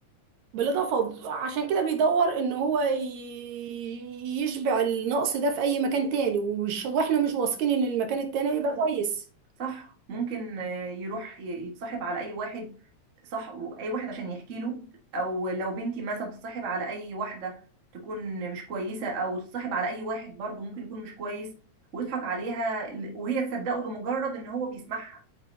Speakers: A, on the right; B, on the right.
A: بالإضافة وب- عشان كده بيدور إن هو ي- يشبع النقص ده في أي مكان تاني ومش وإحنا مش واثقين إن المكان التاني هيبقى كويس
B: صح ممكن آه، يروح ي- يتصاحب على اي واحد صح اي واحد عشان يحكي له او لو بنتي مثلا تتصاحب على اي واحده تكون مش كويسه او تتصاحب على اي واحد برضو ممكن يكون مش كويس ويضحك عليها ل- وهي تصدقه لمجرد ان هو بيسمعها